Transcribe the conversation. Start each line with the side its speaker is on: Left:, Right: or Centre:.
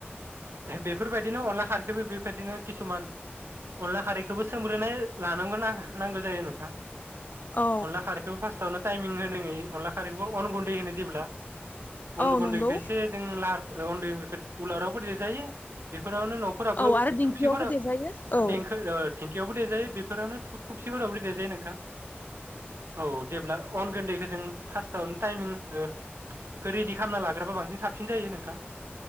Right: बेफोरबायदिनो अनला खारैखोबो बेफोरबायदिनो किसुमान अनला खारैखौबो सोमग्रोनाय लानांगौ नांगौ जायो नोंथां।
Left: औ
Right: अनला खारैखौबो फास्स्टावनो टाइमिं होनांयि अनला खारिखौबो अन गुन्दै होनो जेब्ला
Left: औ
Right: अन्द' गन्दैखौ
Left: नंगौ
Right: एसे जों लार उन्दै उलारावबो दिर जायो फोरावनो न'फोराबो
Left: औ आरो दिंखियावबो
Right: थुबसिफोरा
Left: देजायो औ
Right: देंखोें गेयावबो देरेजायो बेफोरावनो थ थुबसिफोरावबो देजायो नोंथां। औ जेब्ला अन गन्दैखौ जों फास्स्टावनो टाइमिं बेखौ रेडि खालामना लाग्राबा बांसिन साबसिन जायो नोंथां।